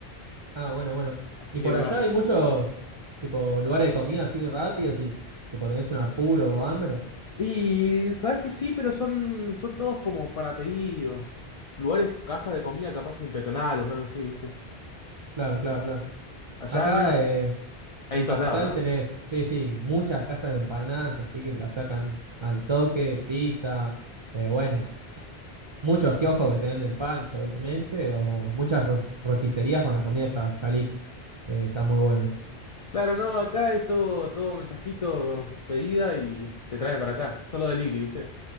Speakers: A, on the right; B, on the left.
A: Ah, bueno, bueno.
B: Así
A: Y
B: que
A: por
B: capaz.
A: allá hay muchos, tipo, lugares de comida así rápidos y, tipo, tenés un apuro o hambre.
B: Y sabes que sí, pero son, son todos como para pedido. Lugares, casas de comida capaz impetonales o algo así, ¿viste?
A: Claro, claro, claro.
B: Allá
A: Acá
B: al menos
A: eh,
B: hay
A: en
B: de todos
A: Capital
B: lados, ¿no?
A: tenés, sí, sí, muchas casas de empanadas, así que te las sacan al toque, pizza, eh, bueno, muchos kioscos que te venden pancho, obviamente, o muchas ro- roticerías con la comida ya, ya lista. Eh, está muy bueno eso.
B: Claro, no, acá es todo, todo mensajito, pedida y te traen para acá. Solo delivery, ¿viste?